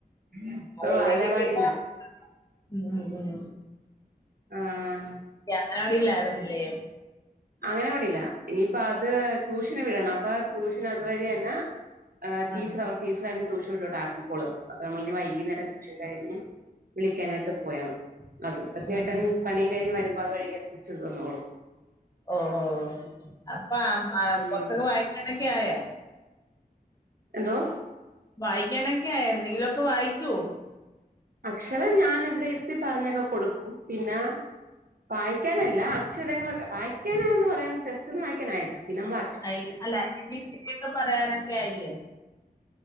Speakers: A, on the right (about 65°); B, on the left (about 20°).
A: ഇപ്പ
B: അതില്ലെങ്കി
A: ബാലവാടിലാ
B: പിന്നെ ഉം ഉം ഉം
A: ആഹ്
B: അങ്ങനവാടില്ലായിരുന്നില്ലേ
A: അങ്ങനവാടിയില ഇനിയിപ്പ അത് ട്യൂഷന് വിടണം അപ്പ ട്യൂഷനതവഴി തന്ന ഏഹ് ടീച്ചറവർ
B: ആഹ്
A: ടീച്ചറയിന് ട്യൂഷൻ വീട്ടിലോട്ട് ആക്കിക്കോളും അപ്പ നമ്മളിനി വൈകുന്നേര ട്യൂഷൻ കഴിഞ്ഞ് വിളിക്കാനായിട്ട് പോയാ അതിപ്പ
B: ഉം
A: ചേട്ടൻ പണിയും കഴിഞ്ഞ് വരുമ്പ അത് വഴി കേറി വിളിച്ചോണ്ട് വന്നോളും
B: ഓഹ് ഓഹ് ഓഹ് അപ്പ ആഹ്
A: ഉം
B: കൊറച്ചൊക്കെ വായിക്കാനക്കെ ആയാ
A: എന്തോ
B: വായിക്കാനൊക്കെ ആയ എന്തെങ്കിലൊക്കെ വായിക്കോ
A: അക്ഷര ഞാനിവിടെയിരുത്തി പറഞ്ഞൊക്കെ കൊടുക്കും പിന്നെ വായിക്കാനല്ല അക്ഷരങ്ങളെക്കെ വായിക്കാനന്ന് പറയാൻ ടെസ്റ്റൊന്നും വായിക്കാനായില്ല പിന്നെ നമ്മള്
B: ആയില്ല അല്ല <unintelligible> പറയാനൊക്കെ ആയില്ലേ